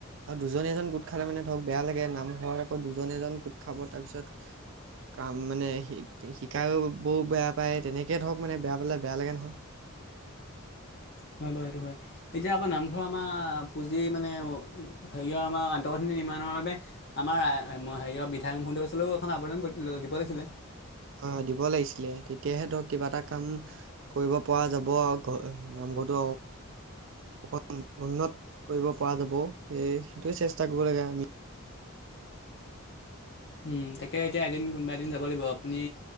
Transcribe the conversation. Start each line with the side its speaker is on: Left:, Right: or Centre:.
Right: আৰু দুজন এজন গোট খালে মানে ধৰক বেয়া লাগে নামঘৰত আকৌ দুজন এজন গোট খাব তাৰপিছত কাম মানে শিকাবও বেয়া পায় তেনেকে ধৰক বেয়া পালে বেয়া লাগে নহয়।
Left: হয়, বাৰু সেইটো হয়। এতিয়া আকৌ নামঘৰ আমাৰ পুঁজি মানে হেৰিয়ৰ আমাৰ আন্তঃগাঁথনি নিৰ্মাণৰ বাবে আমাৰ হেৰিয়ৰ বিধায়ক মহোদয়ৰ ওচৰলৈও এখন আবেদন দিব লাগছিলে।
Right: হয়, হয়, দিব লাগিছিলে তেতিয়াহে ধৰক কিবা এটা কাম। কৰিব পৰা যাব আৰু নামঘৰটো। অকন উন্নত কৰিব পৰা যাব সেই সেইটোৱে চেষ্টা কৰিব লাগে আমি।
Left: উম, তাকে এতিয়া এদিন কোনবা এদিন যাব লাগিব আপুনি।